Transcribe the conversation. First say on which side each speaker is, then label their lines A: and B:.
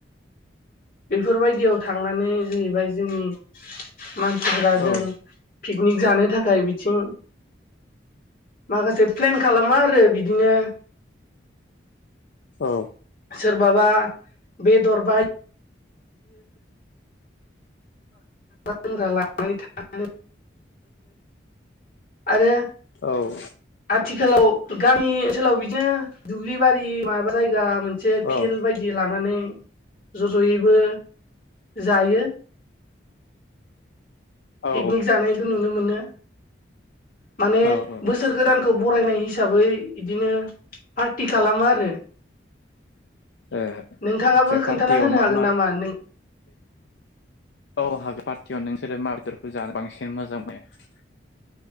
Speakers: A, on the left (about 45°); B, on the left (about 70°).
A: बेफोरबायदियाव थांनानै जोहैबाय जोंनि मानसिफोरा जों
B: औ
A: पिकनिक जानो थाखाय बिथिं माखासे प्लेन खालामो आरो बिदिनो
B: औ
A: सोरबाबा बेदर बाय लोंग्रा <unintelligible> लानानै आरो
B: औ
A: आथिखालाव गामि ओनसोलाव बिदिनो दुब्लि बारि माबा जायगा मोन मोनसे फिल्ड
B: औ
A: बायदि लानानै ज जयैबो जायो।
B: औ
A: पिकनिक जानायखौ नुनो मोनो माने
B: औ
A: बोसोर
B: थिग
A: गोदानखौ
B: थिग
A: बरायनाय हिसा साबै इदिनो पार्टि खालामो आरो
B: आदसा
A: नोंथाङाबो खोन्थाना
B: पार्टियाव
A: होनो
B: मा
A: हागोन
B: मा बे
A: नामा नों
B: औ हागो पार्टियाव नोंसोरो मा बेदरखौ जानो बांसिन मोजां मोनो?